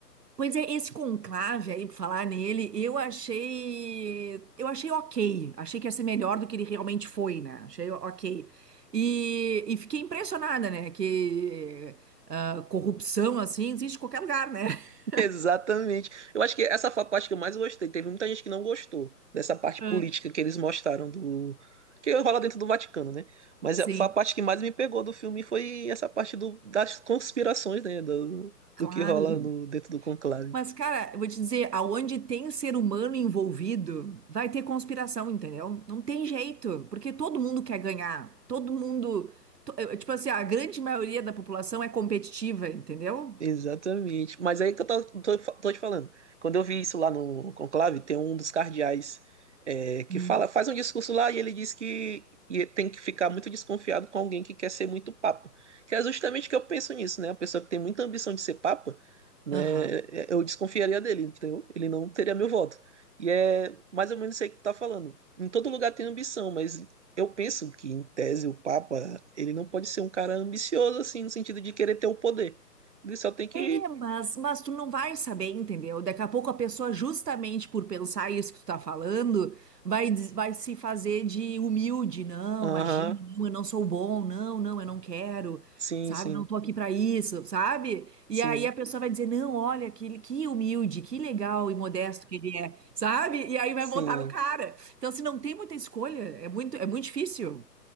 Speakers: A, on the right; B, on the right.
A: Pois é, esse conclave aí, pra falar nele, eu achei. Eu achei ok. Achei que ia ser melhor do que ele realmente foi, né? Achei ok. E, e fiquei impressionada, né? Que ah, corrupção assim existe em qualquer lugar, né?
B: <laughs>
A: <laughs>
B: Exatamente. Eu acho que essa foi a parte que eu mais gostei. Teve muita gente que não gostou dessa parte
A: Ah,
B: política que eles mostraram do que rola dentro do Vaticano, né? Mas
A: Sim,
B: é- foi a parte que mais me pegou do filme foi essa parte do, das conspirações, né? Do,
A: claro.
B: do que rola no, dentro do conclave.
A: Mas, cara, eu vou te dizer, aonde tem ser humano envolvido, vai ter conspiração, entendeu? Não tem jeito, porque todo mundo quer ganhar. Todo mundo. to- eh, Tipo assim, a grande maioria da população é competitiva, entendeu?
B: Exatamente. Mas aí que eu tô, tô- tô te falando. Quando eu vi isso lá no conclave, tem um dos cardeais é, que
A: Hum.
B: fala, faz um discurso lá e ele diz que e tem que ficar muito desconfiado com alguém que quer ser muito papa. Que é justamente o que eu penso nisso, né? A pessoa que tem muita ambição de ser papa, né,
A: Aham.
B: eu desconfiaria dele, entendeu? Ele não teria meu voto. E é mais ou menos isso aí que tu tá falando. Em todo lugar tem ambição, mas eu penso que, em tese, o papa, ele não pode ser um cara ambicioso, assim, no sentido de querer ter o poder. Ele só tem que.
A: É, mas, mas tu não vai saber, entendeu? Daqui a pouco a pessoa, justamente por pensar isso que tu tá falando, vai, diz- vai se fazer de humilde. Não,
B: Aham.
A: imagina, não, eu não sou bom, não, não, eu não quero,
B: Sim,
A: sabe?
B: sim.
A: Não tô aqui pra isso, sabe? E
B: Sim.
A: aí a pessoa vai dizer, não, olha, que, que humilde, que legal e modesto que ele é, sabe? E aí vai
B: Sim.
A: voltar no cara. Então, se não tem muita escolha, é muito, é muito difícil,